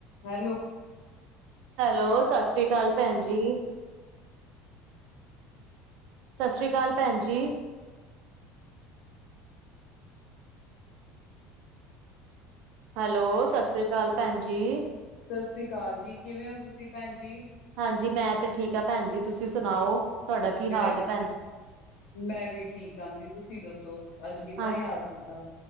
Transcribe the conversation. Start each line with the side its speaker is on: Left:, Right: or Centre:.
Left: Hello
Right: hello ਸਤਿ ਸ਼੍ਰੀ ਅਕਾਲ ਭੈਣ ਜੀ। ਸਤਿ ਸ਼੍ਰੀ ਅਕਾਲ ਭੈਣ ਜੀ। ਹੈਲੋ ਸਤਿ ਸ਼੍ਰੀ ਅਕਾਲ ਭੈਣ ਜੀ।
Left: ਸਤਿ ਸ੍ਰੀ ਅਕਾਲ ਜੀ ਕਿਵੇਂ ਹੋ ਤੁਸੀਂ ਭੈਣ ਜੀ।
Right: ਹਾਂਜੀ ਮੈਂ ਤੇ ਠੀਕ ਆਾਂ ਭੈਣ ਜੀ ਤੁਸੀਂ ਸੁਣਾਓ? ਤੁਹਾਡਾ ਕੀ
Left: ਮੈਂ
Right: ਹਾਲ ਹੈ ਭੈਣ ਜੀ
Left: ਮੈਂ ਵੀ ਠੀਕ ਹਾਂ ਜੀ ਤੁਸੀਂ ਦੱਸੋ ਅੱਜ ਕਿੱਦਾਂ
Right: ਹਾਂ
Left: ਯਾਦ ਕੀਤਾ